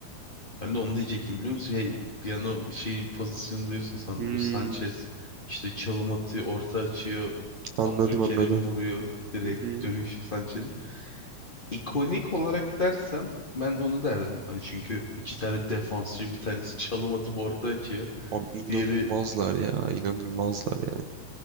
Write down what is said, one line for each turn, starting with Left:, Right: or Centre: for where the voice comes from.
Left: ben de onu diyecektim biliyor musun? Şey, bir an o şey pozisyonu diyorsun sandım.
Right: Hmm.
Left: Bu Sanchez işte çalım atıyor, orta açıyor.
Right: Anladım
Left: Abdülkerim
Right: anladım.
Left: vuruyor direkt
Right: Hı hı.
Left: dönüş Sanchez. İkonik olarak dersem ben onu derdim. Hani çünkü iki tane defansçı bir tanesi çalım atıp orta açıyor.
Right: Abi inanılmazlar
Left: Diğeri
Right: ya. inanılmazlar yani.